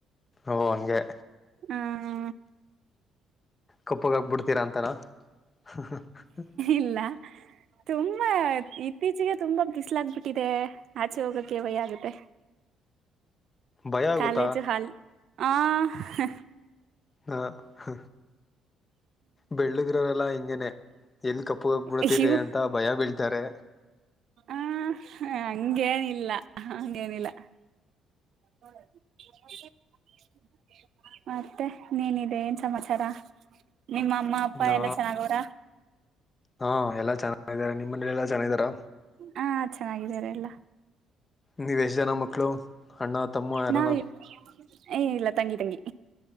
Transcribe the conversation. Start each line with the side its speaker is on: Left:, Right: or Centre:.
Left: ಓ ಹಂಗೆ
Right: ಹಾ ಅ
Left: ಕಪ್ಪುಗ್ ಆಗ್ ಬಿಡ್ತೀರ ಅಂತನ ಹ್ ಹ್ ಹ್
Right: ಇಲ್ಲ ತುಂಬಾ ಇ ಇತ್ತೀಚೆಗೆ ತುಂಬಾ ಬಿಸ್ಲಾಗ್ ಬಿಟ್ಟಿದೆ ಆಚೆ ಹೋಗಕ್ಕೆ ಭಯ ಆಗುತ್ತೆ.
Left: ಭಯ ಆಗುತ್ತಾ
Right: ಕಾಲೇಜು ಹಾಲ್ ಆ ಹಃ.
Left: ಆ ಹ್ ಬೆಳ್ಳಗಿರೋರೆಲ್ಲಾ ಹಿಂಗೇನೆ ಎಲ್ಲಿ ಕಪ್ಪು ಅಗ್ ಬಿಡತೀರಿ
Right: ಅಯ್ಯೋ
Left: ಅಂತ ಭಯ ಬೀಳ್ತಾರೆ.
Right: ಆ ಹ್ ಹಂಗೇನಿಲ್ಲ ಹಂಗೇನಿಲ್ಲ. <inaudible> ಮತ್ತೆ ಇನ್ನೆನಿದೆ ಏನ್ ಸಮಾಚಾರ ನಿಮ್ಮಮ್ಮ ಅಪ್ಪ
Left: ನಾ
Right: ಎಲ್ಲ ಚೆನ್ನಾಗವ್ರ.
Left: ಹಾ ಎಲ್ಲಾ ಚೆನ್ನಾಗಿದಾರೆ ನಿಮ್ ಮನೇಲೆಲ್ಲ ಎಲ್ಲಾ ಚನ್ನಾಗಿದಾರ.
Right: ಹಾ ಚೆನ್ನಾಗಿದ್ದಾರೆಲ್ಲ
Left: ನೀವು ಎಷ್ಟ್ ಜನ ಮಕ್ಕಳು ಅಣ್ಣ ತಮ್ಮ ಯಾರಾನ
Right: ನಾವ್ ಏ ಇಲ್ಲ ತಂಗಿ ತಂಗಿ